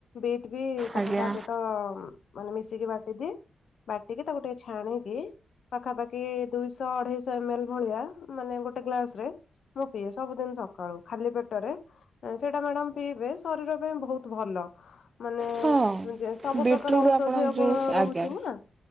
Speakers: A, on the left; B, on the right.
A: ବିଟ ବି ତାକୁ
B: ଆଜ୍ଞା।
A: ତା ସହିତ ଉଁ ମାନେ ମିଶେଇକି ବାଟିଦିଏ। ବାଟିକି ତାକୁ ଟିକେ ଛାଣିଦିଏ। ପାଖାପାଖି ଦୁଇଶହ ଅଢ଼େଇ ଶହ ଏମ ଏଲ ଭଳିଆ ମାନେ ଗୋଟେ ଗ୍ଲାସ ରେ। ମୁଁ ପିଏ ସବୁଦିନ ସକାଳୁ ଖାଲି ପେଟରେ। ଏ‍ଁ ସେଇଟା ମ୍ୟାଡ଼ାମ ପିଇବେ ଶରୀର ପାଇଁ ବୋହୁତ ଭଲ‌। ମାନେ
B: ହଁ
A: ଉଁ ଯେ ସବୁ
B: ବିଟରୁଟ
A: ପ୍ରକାର ଔଷଧୀୟ
B: ଆପଣ ଜୁସ୍
A: ଗୁଣ ରହୁଛି
B: ଆଜ୍ଞା
A: ନା